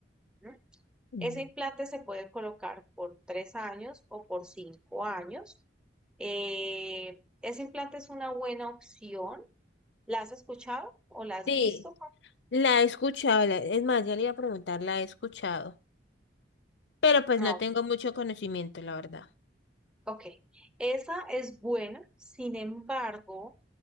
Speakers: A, in the centre; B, on the left.
A: ¿no?
B: Mm.
A: Ese implante se puede colocar por tres años o por cinco años. Eh, ese implante es una buena opción. ¿La has escuchado o la has
B: Sí,
A: visto?
B: la he escuchado, la- es más, ya le iba a preguntar, la he escuchado, pero pues
A: No,
B: no tengo mucho conocimiento, la verdad.
A: ok. Esa es buena, sin embargo,